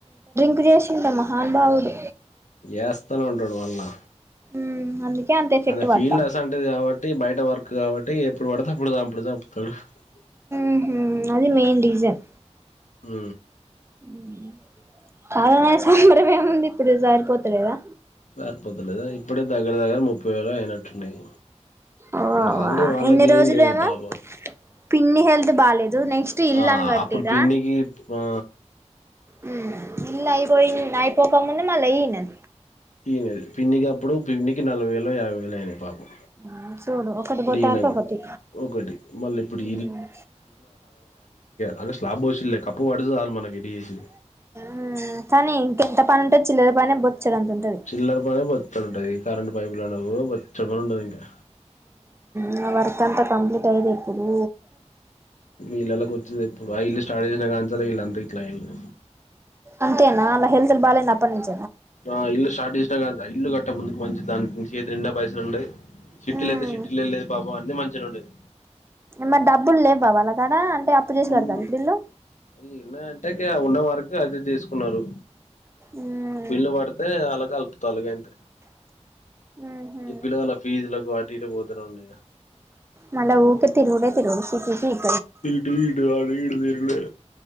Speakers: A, on the right; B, on the left.
A: ఉగజేశ్ర మహానుభావుడు
B: చేస్తానే ఉంటాడు మళ్ళా
A: మ్మ్ అందుకే అంత ఎఫెక్ట్
B: అద
A: పడతాంది
B: ఫీల్డ్ అస అంటది కాబట్టి బయట వర్క్ కాబట్టి ఎప్పుడు పడితే అప్పుడు దాం అప్పుడ <unintelligible>
A: ఉహు అది మెయిన్ రీసన్
B: ఊ
A: <unintelligible> ఏముంది ఇప్పుడు సారిపోతులేదా
B: పారిపోతులేదా ఇప్పుడే దగ్గర దగ్గర ముప్పై వేలు అయినట్టున్నాయి
A: అవ్వ
B: వాళ్ళ
A: అవ్వ
B: వాళ్ళకి
A: ఇన్ని రోజులు
B: ఏం లేదు
A: ఏమో
B: పాపం
A: పిన్ని హెల్త్ బాలలేదు నెక్స్ట్ ఇల్
B: ఆ
A: అన్ గట్టరా
B: అప్పుడు పిన్నికి ఆ
A: హ్ ఇల్ అయిపోయి అయిపోక ముంద మళ్ళ ఈనది
B: పిన్ని పిన్నికిప్పుడు పిన్నికి నలబాయి యాభై వల అయినా పాపం
A: ఆ చూడు ఒకటి
B: ఇప్పుడు
A: పోతంటయొకటి
B: ఈయనకు ఒకటి మళ్ళీ ఇప్పుడు
A: ఉ
B: అ స్లాబ్ వషలే కప్పు వాడుతుల ఎటు చూసి
A: మ్మ్ కానీ ఇంకెంత పని ఉంటది చిల్లర పనే బొచ్చడంత ఉంటది
B: చిల్లర్ పని బొచ్చాడ ఉంటది కరెంట్ పైపు లోనే బొచ్చడ పని ఉంటది ఇంకా
A: నా వర్క్ అంతా కంప్లీట్ అయిది ఇప్పుడు
B: మీ ఇల్లలాకి వచ్చిది ఇప్పుడు ఆ ఇల్లు స్టార్ట్ చేసినా కాల ఇల్లు అంతా ఇట్లా అయింది
A: అంతేనా అలా హెల్తులు బాగాలేంది అప్పనుంచి
B: ఆ ఇల్లు స్టార్ట్ చేసినాదా ఇల్లు కట్ట ముందుకు మంచిది దానికి చేతి నిండా పైసలు ఉండే సిషటీలో
A: ఉమ్
B: అయితే సిషటీలో లేపాపం అన్ని మంచిగా ఉండేది
A: మరి డబ్బులు లేవా వాళ్ళకాడ అంటే అప్పు చేసి
B: బుల్
A: కడతారు ఇప్పుడు ఈళ్ళు
B: ఈ ఎన్న అంటే ఉన్నవారికి అది చేసుకున్నారు
A: ఉమ్
B: బిల్లు పడితే అలాగ కలుపుతా అలాగ అంతే
A: ఉహు
B: ఈ పిల్లల ఫీజులకు ఆటు ఇట పోతనే ఉన్న
A: మల్ల ఊరికే తిరుగుడే తిరుగుడు <unintelligible>
B: వీటు వీటు అది ఇడుదరుకులే